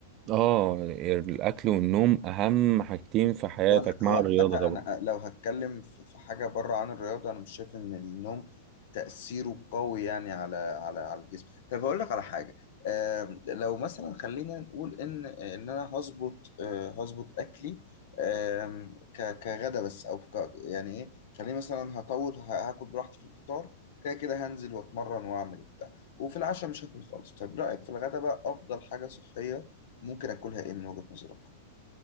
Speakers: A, on the right; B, on the left.
A: اه الاكل والنوم اهم حاجتين في حياتك
B: وانا
A: مع
B: هو عامة
A: الرياضه طبعا
B: انا لو هتكلم في في حاجة بره عن الرياضة انا مش شايف ان النوم تأثيره قوي يعني على على على الجسم طب هقول لك على حاجة آم، لو مثلا خلينا نقول ان ان انا هظبط آه، هظبط اكلي آم، ك- كغدا بس او ك- يعني ايه خليني مثلا هطول ه- هاكل براحتي في الفطار كده كده هنزل واتمرن واعمل وبتاع وفي العشاء مش هاكل خالص طب رأيك في الغدا بقى افضل حاجة صحية ممكن اكلها ايه من وجهة نظرك؟